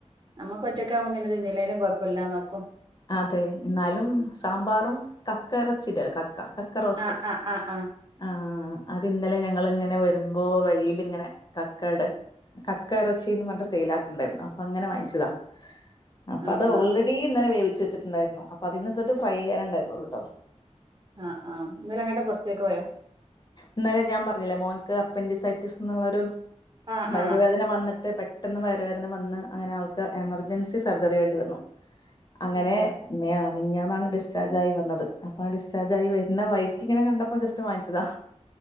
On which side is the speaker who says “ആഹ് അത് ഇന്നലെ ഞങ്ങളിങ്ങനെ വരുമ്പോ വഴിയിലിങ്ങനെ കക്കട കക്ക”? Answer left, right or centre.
Left